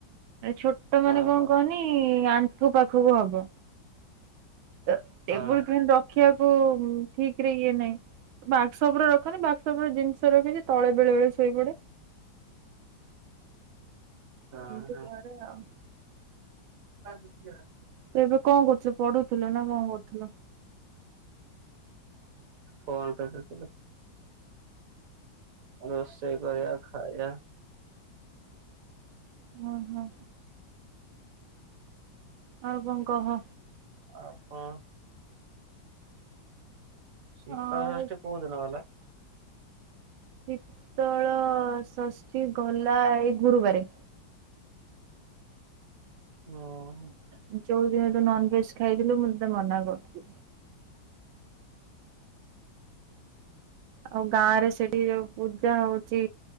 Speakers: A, on the right (about 85°); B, on the right (about 55°).
A: ଛୋଟ ମାନେ
B: ହଁ
A: କଣ
B: ହଁ
A: କହନି ଆ ତୁ ପାଖୁକୁ ହବ। ତ
B: ହଁ
A: ଟେବୁଲ ପ୍ରିନ୍ ରଖିବାକୁ ସବୁ ଠିକରେ ଇଏ ନାହିଁ ବାକ୍ସଉପରେ ରଖନ୍ତି ବାକ୍ସଉପରେ ଜିନିଷ ରଖିଛି ତଳେ ବେଳେବେଳେ ଶୋଇପଡେ।
B: ହଁ
A: ଏମତି
B: ହଁ
A: କରେ ଆଉ।
B: <inaudible>
A: ଏବେ କଣ କରୁଚୁ? ପଢୁଥୁଲ ନା କଣ କରୁଥୁଲ?
B: ଫୋନ୍ କରିଦେଇ। ରୋଷେଇ କରିବା ଖା ଆଜ୍ଞା।
A: ହଁ ହଁ। ଆଉ କଣ କହ।
B: ଆଉ କଁ? ଶୀତଳ
A: ଆଉ
B: ଷଷ୍ଠୀ କୋଉ ଦିନ ଗଲା?
A: ଶୀତଳ ଷଷ୍ଠୀ ଗଲା ଏଇ ଗୁରୁବାରେ।
B: ହଁ।
A: ଯେଉଁ ଦିନ ତୁ ନନ୍ ଭେଜ ଖାଇଥିଲୁ, ମୁଁ ତତେ ମନା କରୁଥିଲି। ଆଉ ଗାଁ ରେ ସେଠି ଯେଉଁ ପୂଜା ହଉଚି